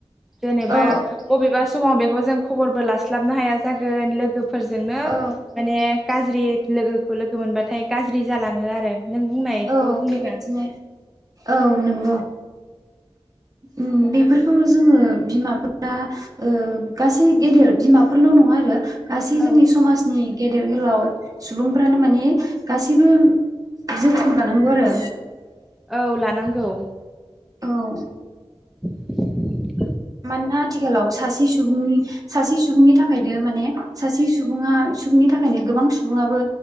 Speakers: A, in the centre; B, on the right.
A: जेनेबा
B: औ
A: बबेबा समाव बेखौ जों खबरबो लास्लाबनो हाया जागोन लोगो फोरजोंनो
B: औ
A: माने गाज्रि लोगोखौ लोगो मोनबाथाय गाज्रि जालाङो आरो नों बुंनायखौ
B: औ
A: बुंदों
B: बेबायदिनो
A: आं
B: औ नंगौ उम बेफोर खौ‌ जोङो बिमाफोर दा ओ गासै गेदेर बिमाफोरल' नङा आरो गासै
A: औ
B: जोंनि समाजनि गेदेर गोलाव सुबुंफ्रानो माने गासैबो जोथोन लानांगौ आरो
A: औ लानांगौ
B: औ
A: <inaudible>
B: मानोना आथिखालाव सासे सुबुंनि सासे सु सुबुंनि थाखायनो माने सासे सुबुङा सुबुंनि थाखायनो गोबां सुबुङाबो